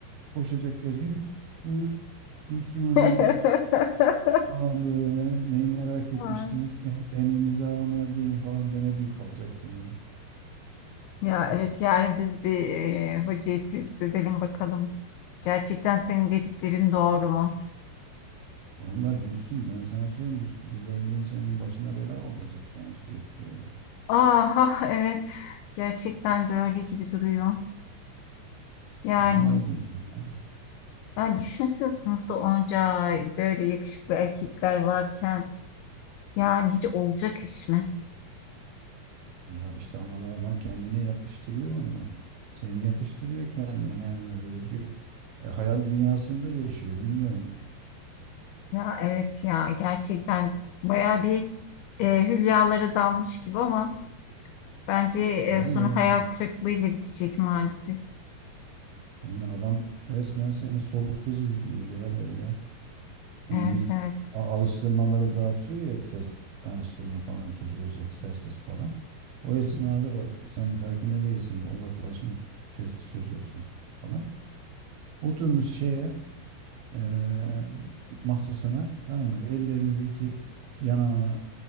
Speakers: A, on the right (about 75°); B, on the left (about 85°).
A: koşacak gelecek. Evet buyur Gülsüm Hanım
B: <laughs>
A: falan böyle neyi merak etmiştiniz
B: Ay,
A: Em- emrinize amedeyim falan demediği kalacak yani.
B: Ya evet yani biz bir e, hocayı test edelim bakalım. Gerçekten senin dediklerin doğru mu?
A: Vallahi Gülsüm ben sana söyleyeyim bu güzelliğin senin başına bela olacak yani sürekli böyle.
B: Aha evet gerçekten de öyle gibi duruyor. Yani
A: Vallahi billahi ya.
B: ben düşünsene sınıfta onca böyle yakışıklı erkekler varken yani hiç olacak iş mi?
A: Ya işte ama adam kendine yakıştırıyor onu. Seni yakıştırıyor kendine yani böyle bir e, hayal dünyasında yaşıyor bilmiyorum.
B: Ya evet ya gerçekten baya bir e, hülyalara dalmış gibi ama bence e,
A: Tabii
B: sonu
A: yani.
B: hayal kırıklığıyla bitecek maalesef.
A: Yani adam resmen seni soluksuz izliyor ya böyle. Hani
B: Evet
A: biz
B: evet. <laughs>
A: a- alıştırmaları dağıtıyor ya test alıştırma falan çözüyoruz egzersiz falan. O esnada bak sen farkında değilsin odaklaşmış testi çözüyorsunuz falan. Oturmuş şeye eee, masasına tamam mı ellerini de iki yanağına